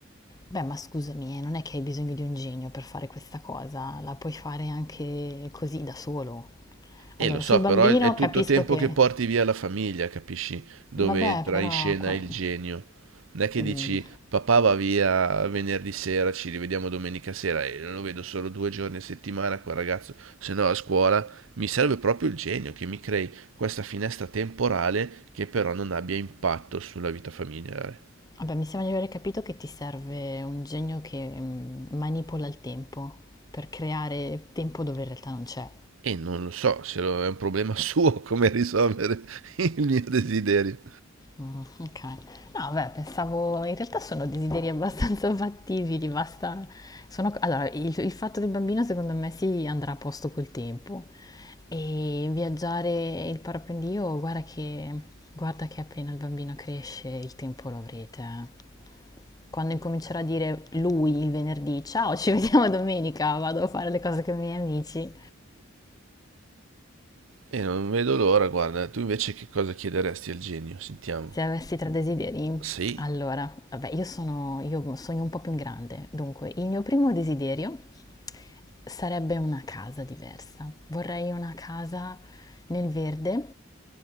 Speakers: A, on the left; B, on the right.
A: Beh, ma scusami, eh, non è che hai bisogno di un genio per fare questa cosa, la puoi fare anche così da solo. Allora,
B: E lo so,
A: sul bambino
B: però è, è tutto
A: capisco
B: tempo
A: che...
B: che porti via la famiglia, capisci? Dove
A: Vabbè,
B: entra
A: però...
B: in scena
A: qua-
B: il genio. Non è che
A: mm,
B: dici, papà va via venerdì sera, ci rivediamo domenica sera e lo vedo solo due giorni a settimana quel ragazzo, se no a scuola mi serve proprio il genio che mi crei questa finestra temporale che però non abbia impatto sulla vita familiare.
A: Vabbè, mi sembra di aver capito che ti serve un genio che mm, manipola il tempo per creare tempo dove in realtà non c'è.
B: E non lo so se lo- è un problema <laughs> suo come risolvere <laughs> il mio desiderio.
A: Mm, ok. No, vabbè, pensavo, in realtà sono desideri abbastanza <laughs> fattibili, basta... Sono, allora, il, il fatto del bambino secondo me si andrà a posto col tempo e viaggiare il parapendio, guarda che, guarda che appena il bambino cresce il tempo lo avrete. eh. Quando incomincerà a dire lui il venerdì, ciao, ci vediamo domenica, vado a fare le cose con i miei amici,
B: E non vedo l'ora, guarda, tu invece che cosa chiederesti al genio? Sentiamo.
A: Se avessi tre desideri,
B: Sì,
A: allora, vabbè, io sono, io sogno un po' più in grande. Dunque, il mio primo desiderio sarebbe una casa diversa. Vorrei una casa nel verde